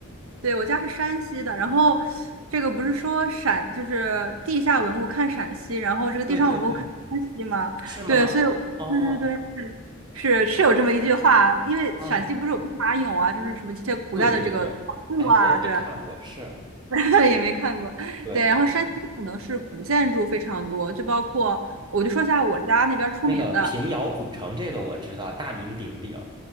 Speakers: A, on the right; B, on the right.
A: 对，我家是山西的，然后这个不是说陕就是地下文物看陕西，然后这个地上文物看山西吗？
B: 对对对，是吗？
A: 对，所以我对对对，
B: 哦，
A: 是是是有这么一句话，因为陕西不是有兵马俑啊，
B: 啊，
A: 就是什么一些古代的这个考古啊，
B: 对对对，哎呀，我也没看过，
A: 对啊，
B: 是，
A: <laughs> 也没看过，
B: 对，
A: 对，然后山西可能是古建筑非常多，就包括我就说一下我家那边儿出名的。
B: 那个平遥古城这个我知道，大名鼎鼎。